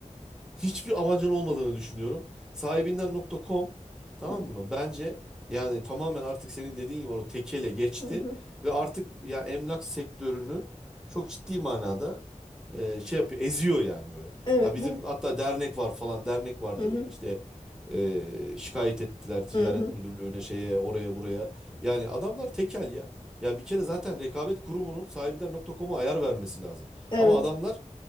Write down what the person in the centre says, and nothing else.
hiçbir amacın olmadığını düşünüyorum. Sahibinden nokta .com tamam
mı? Bence yani tamamen artık senin dediğin gibi o tekele geçti
ve artık ya emlak sektörünü çok ciddi manada e, şey yapıyor, eziyor yani böyle.
Ha bizim
hatta dernek var falan, dernek vardı
işte e, şikayet ettiler ticaret
müdürlüğüne şeye oraya buraya. Yani adamlar tekel ya. Ya bir kere zaten rekabet kurumunun sahibinden nokta .com'a ayar vermesi lazım.
Ama adamlar